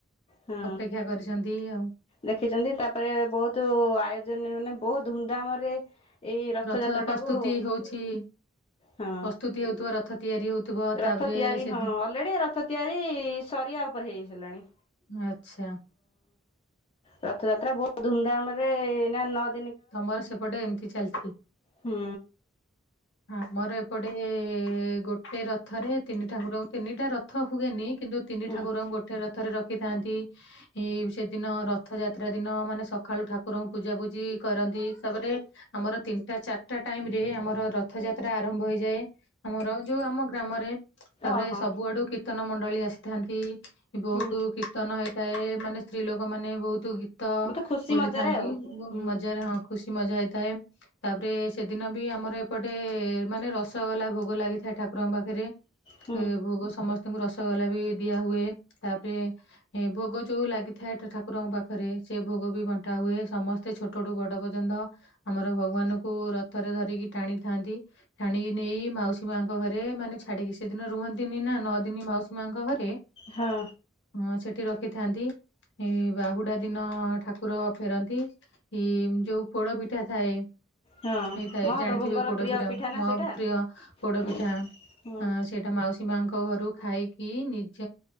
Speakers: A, on the left; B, on the left.
A: ହଁ,
B: ଅପେକ୍ଷା କରିଛନ୍ତି ଆଉ
A: ଦେଖିଚନ୍ତି ତା ପରେ ବହୁତ ଆୟୋଜନ ମାନେ ବହୁତ ଧୁମଧାମ ରେ ଏଇ ରଥଯାତ୍ରା
B: ରଥ ପ୍ରସ୍ତୁତି
A: ଟାକୁ
B: ହଉଛି
A: ହଁ,
B: ପ୍ରସ୍ତୁତି ହେଉଥିବ ରଥ ତିଆରି ହଉଥିବ ତାପରେ
A: ରଥ ତିଆରି
B: ସେ
A: ହଁ, ଅଲରେଡି ରଥ ତିଆରି ସ ଆଉ ଉପ ପରହେଜ ିଲଣି।
B: ଆଚଛା।
A: ରଥଯାତ୍ରା ବହୁତ ଧୁମଧାମ ରେ ନ।
B: ତମର ସେପଟେ ଏମିତି ଚାଲିଛି
A: ହୁଁ
B: ହ। ମୋର ଏପଟେ ଗୋଟେ ରଥରେ ତିନି ଠାକୁରଙ୍କୁ ତିନିଟା ରଥ ହୁଏନି । କିନ୍ତ ତିନି
A: ହୁଁ
B: ଠାକୁରଙ୍କୁ ଗୋେ ର। ରଥରେ ରଖିଥାନ୍ତି ସେଦିନ ରଥଯାତ୍ରା ଦିନ ମାନେ ସକାଳୁ ଠାକୁରଙ୍କୁ ପୂଜା ପୂଜି । କରନ୍ତିିସପରେ ଆମର ତିନିଟା ଚାରିଟା ଟାଇମ । ରେ ଆମର ରଥ ଯାତ୍ରା ଆରମ୍ଭ ହେଇଯାଏ ଆମର ଯଉ ଆମ ଗ୍ରାମରେ। ତାପରେ
A: ଓହୋ
B: ସବୁଆଡୁ କୀର୍ତ୍ତନ ମଣ୍ଡଳୀ ଆସିଥାନ୍ତି। ବହୁତ
A: ହୁଁ
B: କୀର୍ତ୍ତନ ହେଇଥାଏ ମାନେ ସ୍ତ୍ରୀ ଲୋକ ମାନେ ବହୁତ । ତ
A: ବହୁତ ଖୁସି
B: ବୋଲିଥାନ୍ତି
A: ମଜାରେ ଆଉ ହୁଁ
B: ମଜ। ହ ଖୁସି ମଜା ହେଇଥାଏ ତାପରେ ସେଦିନ ବି ଆମର ଏପଟେ ମାନେ ରସଗଲା ଭୋଗ। ଲାଗିଥାଏ ଠାକୁରଙ୍କ ପାଖରେ
A: ହୁଁ
B: ଭୋଗ ସମସ୍ତେ । ତାଙ୍କୁ ରସଗୋଲା ବି ଦିଆ ହଏ ତାପରେ ଏ ଭୋଗ ଯୋଉଁ ଲାଗିଥାଏ ଠାକୁରଙ୍କ ପାଖରେ। ସେ ଭୋଗ ବି ବଣ୍ଟା ହୁଏ ସମସ୍ତେ ଛୋଟ । ଛଟୁ ବଡ ପର୍ଯ୍ୟନ୍ତ ଆମର ଭଗବାନଙ୍କୁ ରଥରେ ଧରିକି ଟାଣିଥାନ୍ତି ଟାଣିକି ନେଇ । ମାଉସୀ ମାଙ୍କ ଘରେ ମାନେ ଛାଡିକି ସେଦିନ ରୁହନ୍ତିନି ନା ନଅ ଦିନି ମାଉସୀ ମାଙ୍କ ଘରେ ।
A: ହଁ
B: <unintelligible> ହ ସେଠି ରଖିଥାନ୍ତି, ଏ ବାହୁଡା ଦିନ ଠାକୁର ଫେରନ୍ତି, ଯୋଉ ପୋଡ ପିଠା ଥାଏ ।
A: ହଁ
B: ହେଇଥାଏ
A: ମହାପ୍ରଭୁଙ୍କର
B: ଜାଣିଥିବେ ପୋଡପିଠା,
A: ପ୍ରିୟ ପିଠା ନା
B: ମୋ
A: ସେଇଟା
B: ପ୍ରିୟ ପୋଡପିଠା
A: ହୁଁ ହୁଁ
B: । ହଁ ସେଇଟା ମାଉସୀ ମାଙ୍କ ଘରୁ ଖାଇକି ନିଜ